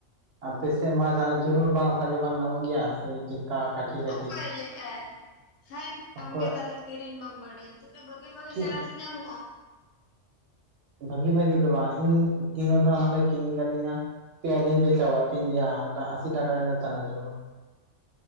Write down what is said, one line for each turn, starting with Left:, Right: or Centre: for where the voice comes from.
Right: ᱟᱯᱮ ᱥᱮᱜ ᱢᱟ ᱪᱟᱱᱟᱪᱟᱲ ᱦᱚᱸ ᱵᱟᱝ ᱵᱷᱟᱜᱮ ᱵᱟᱝ ᱱᱟᱢᱚᱜ ᱜᱮᱭᱟ᱾ ᱪᱮᱫᱠᱟ ᱠᱟᱹᱴᱷᱤ ᱠᱟᱹᱴᱷᱤ
Left: ᱚᱠᱚᱭ ᱞᱟᱹᱜᱼᱟᱭ? ᱦᱮᱸ
Right: ᱚᱠᱚᱭ
Left: ᱟᱢ ᱜᱮ ᱛᱟᱦᱞᱮ ᱠᱤᱨᱧ ᱵᱟᱢ ᱵᱟᱰᱟᱭᱟ ᱛᱤᱱᱟᱹᱜ ᱵᱷᱟᱜᱮ ᱵᱷᱟᱜᱮ
Right: ᱠᱤ
Left: ᱪᱟᱱᱟᱪᱩᱨ ᱧᱟᱢᱚᱜᱼᱟ᱾
Right: ᱵᱷᱟᱹᱜᱤ ᱵᱷᱟᱹᱜᱤ ᱫᱚ ᱵᱟᱝ ᱤᱧ ᱛᱤᱱᱟᱹ ᱫᱷᱟᱣ ᱚᱸᱰᱮ ᱠᱤᱨᱤᱧ ᱠᱟᱫᱤᱧᱟ ᱯᱮᱭᱟ ᱫᱤᱱ ᱛᱮ ᱪᱟᱵᱟᱜ ᱛᱤᱧ ᱜᱮᱭᱟ ᱢᱤᱴᱟ ᱟᱥᱤ ᱴᱟᱠᱟ ᱨᱮᱱᱟᱜ ᱨᱮᱱᱟᱜ ᱪᱟᱱᱟᱪᱩᱨ᱾